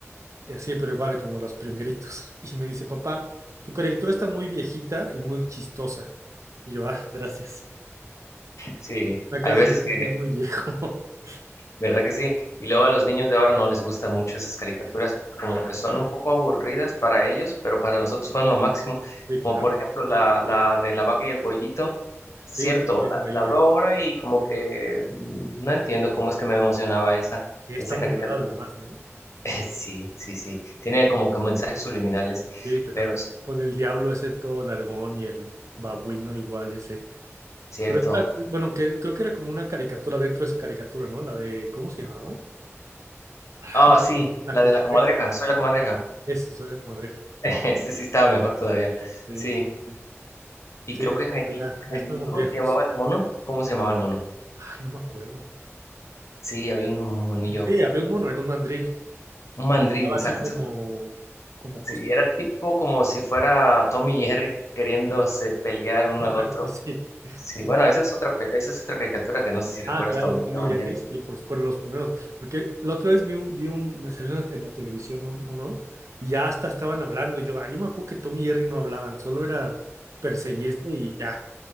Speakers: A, on the right (about 85°); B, on the left (about 70°).
A: Y así, pero igual, como los primeritos. Y me dice, papá, tu caricatura está muy viejita y muy chistosa. Y yo, ah, gracias.
B: Sí,
A: Me acabas
B: hay veces
A: de sentir
B: que
A: muy viejo. <laughs>
B: ¿Verdad que sí? Y luego
A: Sí,
B: a los niños de ahora no les gustan mucho esas caricaturas, como que son un poco aburridas para ellos, pero para nosotros fueron lo máximo.
A: sí, claro.
B: Como por ejemplo la, la de la vaca y el pollito. Cierto,
A: Sí, también
B: la,
A: lo veía.
B: la veo ahora y como que mm, no entiendo cómo es que me emocionaba esa,
A: Sí, está
B: esa
A: muy
B: caricatura.
A: rara además, ¿no?
B: <laughs> Sí, sí, sí. Tiene como que mensajes subliminales,
A: Sí, claro.
B: pero es
A: Con el diablo ese todo nalgón y el babuino igual ese.
B: cierto.
A: Pero era- bueno, que creo que era como una caricatura dentro de esa caricatura, ¿no? La de, ¿cómo se llamaba? Ay,
B: Ah, sí,
A: la la
B: la
A: comadreja.
B: de la comadreja, soy la comadreja.
A: Esa, soy la comadreja.
B: <laughs> Ese sí estaba mejor todavía.
A: Sí,
B: Sí.
A: sí, sí.
B: Y
A: Sí,
B: creo que Jaime,
A: no, ya,
B: Jaimijo
A: ya estamos viejos.
B: se llamaba el mono. ¿Cómo se llamaba el mono?
A: Ay, no me acuerdo.
B: Sí, había un monillo,
A: Y sí, había un mono, era un mandril.
B: un mandril,
A: Y cantaba
B: exacto.
A: así como, como costeño.
B: Sí, era tipo como si fuera Tommy y Jerry queriéndose pelear uno
A: <laughs>
B: al otro.
A: algo así.
B: Sí,
A: Sí,
B: bueno, esa es otra, pe- esa es otra caricatura que no sé si recuerdas,
A: Ah, claro,
B: Tommy,
A: Tom
B: Tom
A: y
B: and
A: Jerry,
B: Jerry.
A: sí, por, supuesto los primeros. Porque la otra vez vi un, vi un, me salió en la, en la televisión un- uno, y ya hasta estaban hablando, y yo, ay, yo me acuerdo que Tom y Jerry no hablaban, solo era perseguirse y ya.